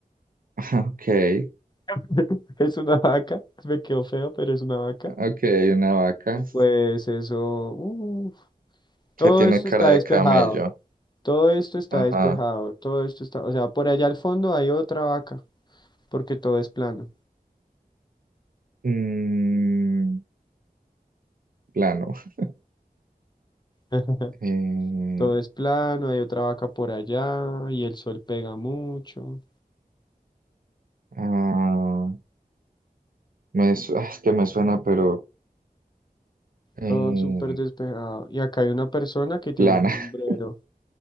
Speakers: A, on the right; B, on the left.
A: <laughs> Ok,
B: <laughs> Es una vaca. <laughs> Me quedó feo, pero es una vaca.
A: ok, una vaca
B: Y pues eso, uf, todo
A: que tiene
B: esto
A: cara
B: está
A: de
B: despejado.
A: camello.
B: Todo esto está
A: Ajá.
B: despejado, todo esto está, o sea, por allá al fondo hay otra vaca, porque todo es plano.
A: Mm, plano. <laughs>
B: <laughs>
A: Eh,
B: Todo es plano, hay otra vaca por allá y el sol pega mucho,
A: ah, me su- ah, es que me suena, pero eh,
B: todo súper despejado. Y acá hay una persona que tiene
A: plana.
B: un sombrero,
A: <laughs>